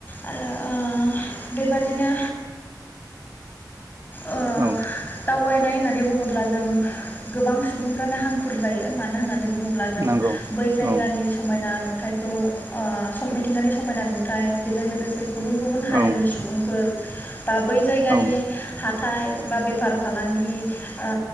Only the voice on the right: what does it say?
औ
नंगौ
औ
औ
औ